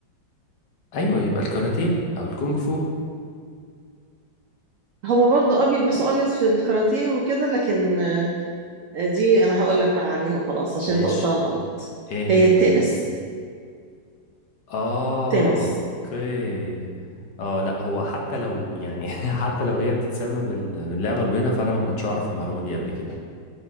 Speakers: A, on the left (about 65°); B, on the right (about 70°).
A: ايوه يبقى الكاراتيه او الكونغ فو
B: هما برضو ابيض بيلبسوا ابيض في الكاراتيه وكده لكن دي انا هقول لك بقى عليها وخلاص عشان
A: ماشي
B: انت قلتها غلط
A: ايه هي
B: هي التنس
A: طيب اه
B: تنس
A: اوكي اه لا هو حتى لو يعني <laughs> حتى لو هي بتتسمى بال- باللعبة البيضاء فانا ما كنتش اعرف المعلومة دي قبل كده